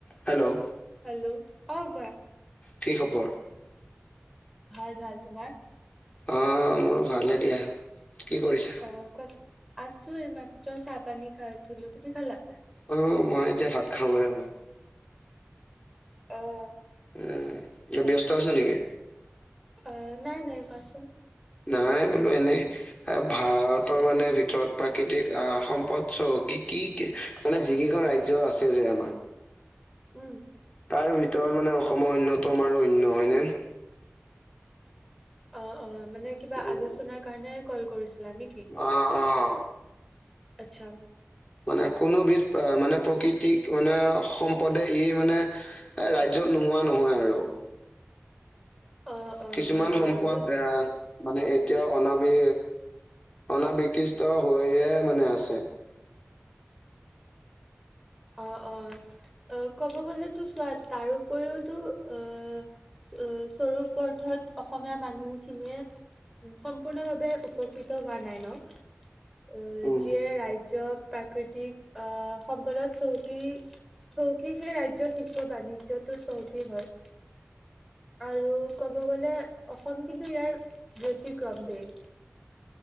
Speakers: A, on the left; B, in the centre.
A: Hello,
B: hello, অ, কোৱা।
A: কি খবৰ
B: ভাল - ভাল তোমাৰ।
A: অ, মোৰো ভালে দিয়া। কি কৰিছা
B: অ, কোৱাচোন আছো এই মাত্ৰ চাহ পানী খাই থলো তুমি খালা।
A: অ, মই এতিয়া ভাত খাবই হ'ব।
B: অ',
A: উম,
B: আচ্ছা
A: এ ব্যস্ত আছে নেকি?
B: অ, নাই - নাই কোৱাচোন?
A: নাই বোলো এনেই এ ভাৰতৰ মানে ভিতৰত প্ৰাকৃতিক আহ সম্পদ চহ কি? কি - কি মানে যিকেইখন ৰাজ্য আছে যে আমাৰ।
B: উম
A: তাৰ ভিতৰত মানে অসমৰ অন্যতম আৰু অন্য হয়নে।
B: অ - অ মানে কিবা
A: উম,
B: আলোচনাৰ কাৰণে কল কৰিছে। লাগে কি
A: অ' অ'
B: আচ্ছা।
A: মানে কোনোবিধ মানে প্ৰকৃতিক মানে সম্পদে ই মানে ৰাজ্য ত, নোহোৱা নহয় আৰু। ক
B: অ অ
A: কিছুমান
B: হয়
A: সম্পদ
B: বাৰু
A: আহ মানে এতিয়াও অনাবি অনাবিকিষ্ট হৈয়ে মানে আছে।
B: অ- অ - অ ক'ব গলেতো চোৱ তাৰপৰিওতো আহ স্বৰূপৰথত অসমীয়া মানুহখিনিয়ে সম্পূৰ্ণভাৱে উপকৃত হোৱা নাই ন। আহ,
A: উম,
B: যিয়ে ৰাজ্য প্ৰাকৃতিক আহ, সম্পদত চৌকী - চৌকী সে ৰাজ্যৰ শিল্প বাণিজ্যটো চৌকী হয়। আৰু ক'ব গ'লে অসম কিন্তু ইয়াৰ ব্যতিক্ৰম দেশ।